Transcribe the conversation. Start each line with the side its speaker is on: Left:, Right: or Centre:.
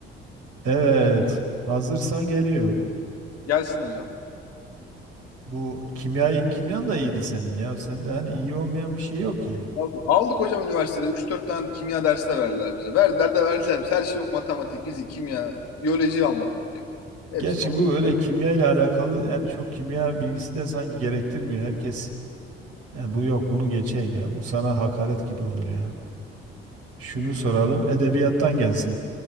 Right: Evet,
Left: çok güzel.
Right: hazırsan geliyor.
Left: Gelsin hocam.
Right: Bu kimya kimyan da iyiydi senin ya. Sen de hani iyi olmayan bir şey yok ki.
Left: Aldık aldık hocam üniversitede. üç dört tane kimya dersi de verdiler bize. Verdiler de verdiler. bize. Her şey yok. Matematik, fizik, kimya, biyoloji almadık bir tek. Hepsini
Right: Gerçi
Left: okuduk.
Right: bu öyle
Left: tabii.
Right: kimya ile alakalı yani çok kimya bilgisi de sanki gerektirmiyor herkes. "Ya bu yok bunu geçeyim ya. Bu sana hakaret gibi olur ya. Şunu soralım edebiyattan gelsin.